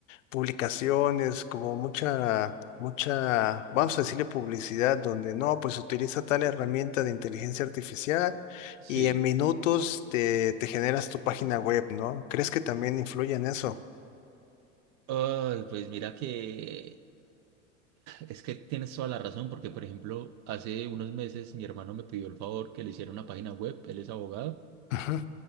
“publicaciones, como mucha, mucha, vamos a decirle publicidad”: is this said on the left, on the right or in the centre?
Left